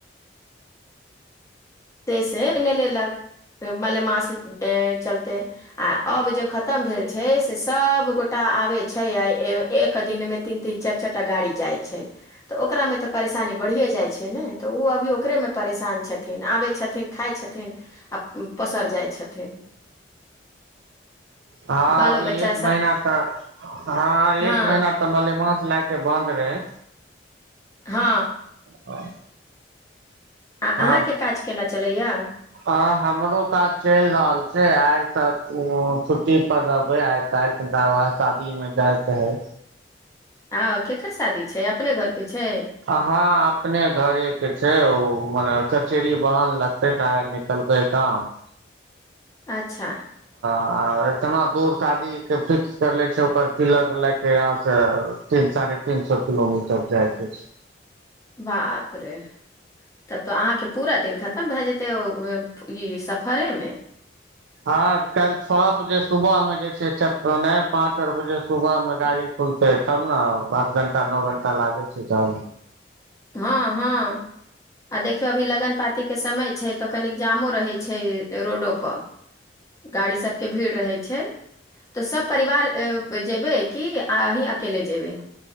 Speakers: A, on the left (about 15°); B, on the right (about 75°).
A: से सेने लेलक मलेमास चलते आ अब जे खतम भेल छै से सभगोटा आबैत छै आ एक दिनमे तीन तीन चारि चारि टा गाड़ी जाइत छै तऽ ओकरामे तऽ परेशानी बढ़िए जाइत छै ने तऽ ओ अभी ओकरेमे परेशान छथिन आबैत छथिन खाइ छथिन आ पसर जाइ छथिन।
B: हँ
A: बालो
B: अभी
A: बच्चा
B: एक
A: सब
B: महीना तऽ हँ
A: हँ
B: एक महीना तऽ बले म लए के बन्द रहे।
A: हँ।
B: आ।
A: आ अहाँके
B: ह
A: काज केना चलैया
B: ह हमरो काज चलि रहल छै। आइ तक छुट्टी पर रहबे आइ काल् त ब शादी में जायके है।
A: आ केकर शादी छै अपने घरके छै
B: अहाँ अपने घरे के छै ओ मने चरचरी बहन लगते निकलके काम
A: अच्छा।
B: आ एतना दूर शादीके फिक्स कर लै छै ओकर पिल लएके यहाँसँ तीन साढ़े तीन सए किलोमीटर जाइकेछै।
A: बाप रे तब तऽ अहाँके पूरा दिन खतम भए जेतै ओ ई सफरेमे।
B: हँ काल्हि छओ बजे सुबहमे जे छै च नहि पाँच आठ बजे सुबहमे गाड़ी खुलतै तब ने आठ घण्टा नओ घण्टा लागै छै त
A: हँ हँ आ देखियौ अभी लगन पातीके समय छै तऽ कनिक जामो रहै छै रोडोपर। गाड़ी सबके भीड़ रहै छै। तऽ सभ परिवार जयबै कि अही अकेले जेयबै।